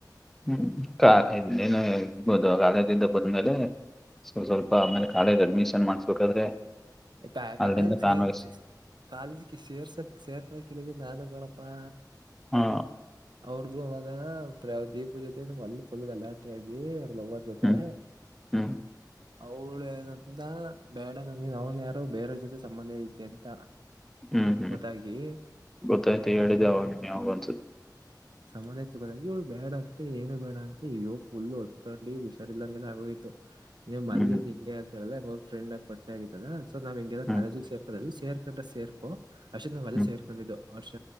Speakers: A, in the centre; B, on the right.
A: ಹೂಂ ಕ ಏನು ಇಬೋದು ಕಾಲೇಜ ಇಂದ ಬದ್ಮೇಲೆ ಸೊ ಸ್ವಲ್ಪ ಆಮೇಲೆ ಕಾಲೇಜ್ ಅಡ್ಮಿಷನ್ ಮಾಡ್ಸ್ಬೇಕಾದ್ರೆ
B: ಕಾಲೇಜ
A: ಅಲ್ಲಿಂದ ತಾನು
B: ಕಾಲೇಜ ಸೇರ್ಸಕ್ ಸೇರ್ಕಳೇಳಿದ್ರೆ ನಾನು ಕಣೋ ಬಾ
A: ಹಾ
B: ಅವ್ರ್ದು ಅವಾಗ ದೀಪ ಜೊತೆ ಒಂದುಕ್ಕೊಂದು ಗಲಾಟೆ ಆಗಿ ಲವರ್ ಜೊತೆ
A: ಹ್ಮ್ ಹ್ಮ್
B: ಅವಳಂತ ಬೇಡ ನನ ಅವನ್ ಯಾರ ಬೇರೆ ಜೊತೆ ಸಂಬಂಧ ಐತೆ ಅಂತ.
A: ಹ್ಮ್ ಹ್ಮ್
B: ಗೊತ್ತಾಗಿ
A: ಗೊತ್ತಾಯ್ತು ಹೇಳಿದೆ ಅವಾಗನ್ ಯಾವಾಗ ಅನ್ಸುತ್ತೆ
B: ಸಮಾನ ಸಮಾನ್ಯಾಗಿ ಇವ್ಳ ಬೇಡ ಏನು ಬೇಡ ಅಂತ ಅಯ್ಯೋ ಫುಲ್ ಅತ್ಕೊಂಡಿ ಹುಷಾರ್ ಇಲ್ಲಂಗೆಲ್ಲ ಆಗೋಯ್ತು. ನೀವ್ ಮನ್ಲಿದ್ರ
A: ಹ್ಮ್
B: ಹಿಂಗ ಆತಾರಲ್ಲಂಗ್ರ ಫ್ರೆಂಡ್ಗಿ ಪರ್ಚ ಆಗತ್ತಲ್ಲ ಸೊ ನಾವ್ ಹಂಗೆಲ್ಲ
A: ಹ್ಮ್
B: ಕಾಲೇಜಿಗೆ ಸೇರ್ರ ಸೇರ್ಕೊಂಡ್ರೆ ಸೇರ್ಕೋ ಅರ್ಷಲ್ಲ
A: ಹ್ಮ್
B: ಸೇರ್ಕೊಂಡಿದ್ದು ಹರ್ಷ